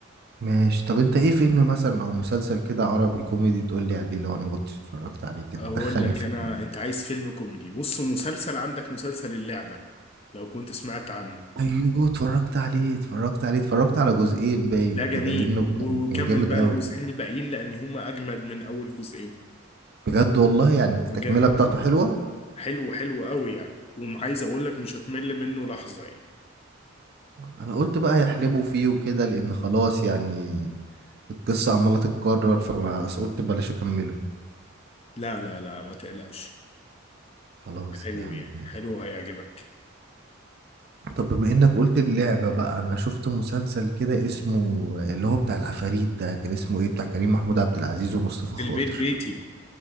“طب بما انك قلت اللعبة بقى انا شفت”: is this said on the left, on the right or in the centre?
Right